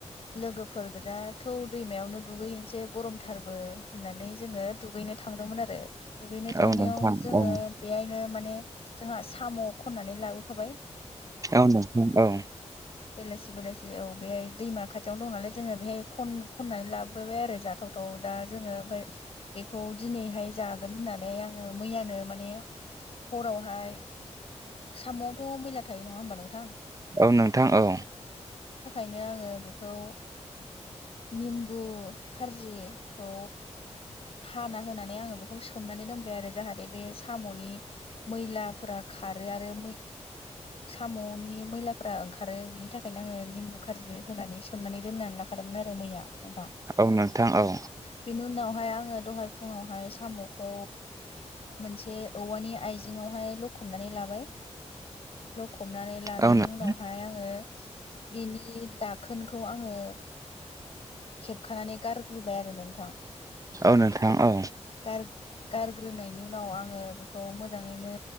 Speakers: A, on the left (about 55°); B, on the right (about 30°).
A: लोगोफोर गोजा थौ' दैमायावनो दुगैहैनोसै गरमथारबो होननानै जोङो दुगैनो थांदोंमोन आरो दुगैनो थांनायाव
B: औ नोंथां
A: जोङो
B: औ
A: बेहायनो माने जोंहा साम' खननानै लाबोफाबाय।
B: औ नोंथां औ
A: बेलासि-बेलासि औ बेहाय दैमा खाथियावनो दं नालाय जोङो बेहाय खन-खननानै लाबोबाय आरो जाग थावथाव दा जोङो ओमफ्राय बेखौ दिनैहाय जागोन होननानै आङो मैयानो माने हरावहाय साम'आवथ' मैला थायो नङा होमबा नोंथां।
B: औ नोंथां औ
A: बिदिनो आङो बेखौ निम्बु खारजिखौ हाना होनानै आङो बेखौ सोमनानै दोनबाय आरो जाहाथे बे साम'नि मैलाफोरा खारो आरो मै साम'नि मैलाफोरा ओंखारो बिनि थाखायनो आङो निम्बु खारजि होनानै सोमनानै दोनानै लाख खादोमोन आरो मैया। नोंथां
B: औ नोंथां औ
A: बेनि उनावहाय आङो दहाय फुङावहाय साम'खौ मोनसे औवानि आइजेंङावहाय लखबनानै लाबाय हमनानै लानायनि
B: औ नों-
A: उनावहाय आङो बिनि दाखोनखौ आङो खेबखानानै गारग्रोबाय आरो नोंथां।
B: औ नोंथां औ
A: गार गारग्रोनायनि उनाव आङो बेखौ मोजाङैनो